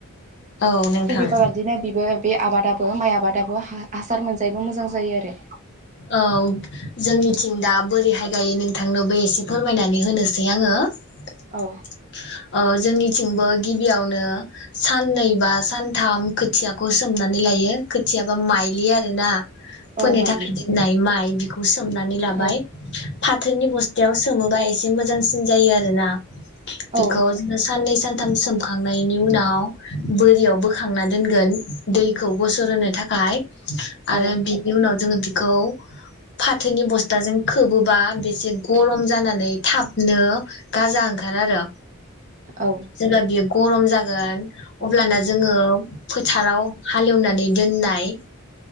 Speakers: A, on the left (about 55°); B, on the right (about 35°).
A: औ नोंथां
B: थिग बेबाबादिनो बिबो बे आबादाबो माइ आबादाबो हा-हासार मोनजायबो मोजां जायो आरो
A: औ जोंनिथिं दा बोरैहाय गायो नों थांनोबो एसे फोरमायनानै होनोसै आङो ओ
B: औ
A: जोंनि थिंबो गिबियावनो साननै बा सानथाम खोथियाखौ सोमनानै लायो खोथियाबा माइलि आरो ना
B: औ माइलि
A: गायदेरनाय माइ बिखौ सोमनानै लाबाय
B: औ
A: फाथोनि बस्थायाव सोमोबा एसे मोजां सिन जायो आरो ना। बेखौ
B: औ
A: जोङो साननै सान सानथाम सोमखांनायनि उनाव बोरियाव बोखांना दोनगोन दैखौ गसर होनो थाखाय आरो
B: औ
A: बिनि उनाव जोङो बि खौ फाथोनि बस्थाजों खोबोबा इसे गरम जानानै थाबनो गाजा ओंखारो आरो।
B: औ
A: जेब्ला बियो गरम जागोन अब्लाना जोङो फोथाराव हालेव नानै दोननाय।